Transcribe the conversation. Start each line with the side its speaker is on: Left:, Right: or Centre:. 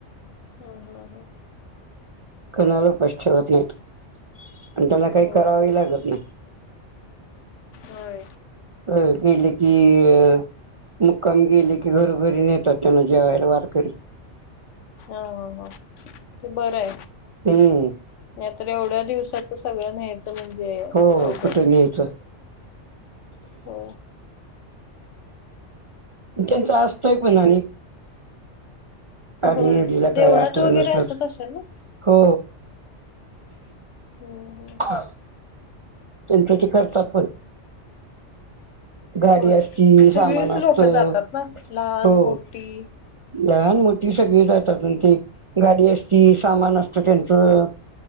Left: हा हा हा
Right: कणाला पश्वत नाहीत प त्यांना काही
Left: होय
Right: करावे लागत नाही.
Left: होय
Right: अ केले की अ मुक्काम गेले की घरोघरी नेतात त्यांना जेवायला वारकरी.
Left: हा हा हा ते बरं आहे.
Right: हम
Left: एवढ्या दिवसाातच सगळं नाही. म्हणजे
Right: हो
Left: अवघड
Right: कुठे न्यायचं
Left: हो
Right: त्यांच असतय पण आणि आडीनडीला
Left: होय देवळात
Right: काय असलं
Left: वगैरे
Right: नसल
Left: असत असेल ना
Right: हो.
Left: हम्
Right: ह चंत ते करतात पण गाडी
Left: होय.
Right: असती सामान
Left: सगळीच
Right: असत
Left: लोक
Right: हो.
Left: जातात ना लहान मोठी
Right: लहान मोठी सगळी जातातून ते गाडी असती सामान असतं त्यांचं.